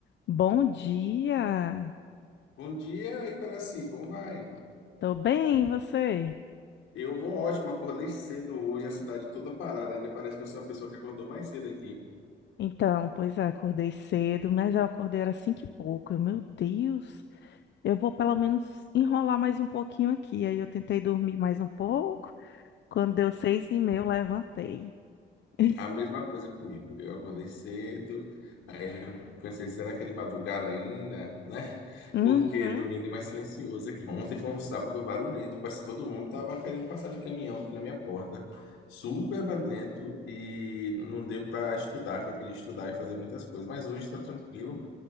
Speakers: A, on the left; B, on the left.
A: Bom dia!
B: Bom dia, Icaraci, como vai?
A: Tô bem, e você?
B: Eu vou ótimo, acordei cedo hoje, a cidade toda parada, ainda parece que eu sou a pessoa que acordou mais cedo aqui.
A: Então, pois é, acordei cedo, mas eu acordei era cinco e pouco. Eu, meu Deus, eu vou pelo menos enrolar mais um pouquinho aqui. Aí eu tentei dormir mais um pouco. Quando deu seis e meia, eu levantei. <laughs>
B: A mesma coisa comigo. Eu acordei cedo, aí eu pensei, será que é de madrugada ainda, né?
A: Uhum.
B: Porque domingo é mais silencioso aqui. Ontem foi um sábado barulhento, parece que todo mundo tava querendo passar de caminhão aqui na minha porta. Super barulhento e não deu para estudar, que eu queria estudar e fazer muitas coisas. Mas hoje está tranquilo.